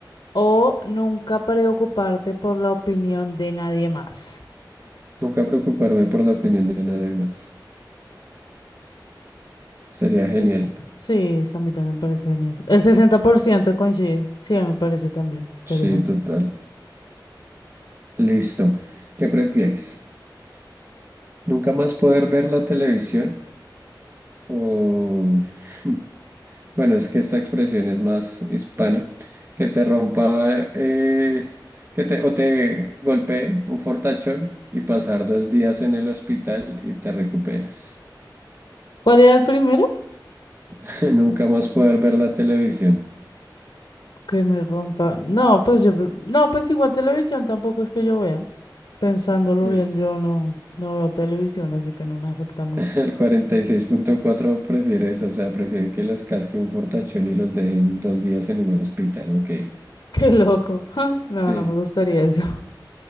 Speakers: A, on the left (about 70°); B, on the right (about 30°).
A: o nunca preocuparte por la opinión de nadie más.
B: Nunca preocuparme por la opinión de nadie más. Sería genial.
A: Sí. Sí, eso a mí también me parece genial. El 60% coincide. Sí, a mí me parece también. Sería
B: Sí,
A: genial.
B: total. Listo. ¿Qué prefieres? Nunca más poder ver la televisión o... <laughs> Bueno, es que esta expresión es más hispana. Que te rompa, eh, que te, o te golpee un fortachón y pasar dos días en el hospital y te recuperas.
A: ¿Cuál era el primero?
B: <laughs> Nunca más poder ver la televisión.
A: Que me rompa. No, pues yo. pre- No, pues igual televisión tampoco es que yo vea. Pensándolo
B: Listo.
A: bien, yo no, no veo televisión, así que no me afecta mucho.
B: <laughs> El 46.4 prefiere eso, o sea, prefieren que los casque un fortachón y los dejen dos días en un hospital. Ok.
A: <laughs> Qué loco. <laughs> No,
B: Sí,
A: no me gustaría eso.